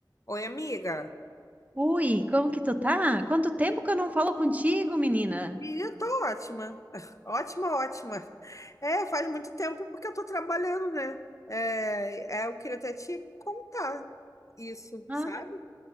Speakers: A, on the left (about 45°); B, on the right (about 20°).
A: Oi, amiga.
B: Ui, como que tu tá? Quanto tempo que eu não falo contigo, menina?
A: Menina, tô ótima. <laughs> Ótima, ótima. É, faz muito tempo porque eu tô trabalhando, né? É, é, eu queria até te contar isso,
B: Ah,
A: sabe?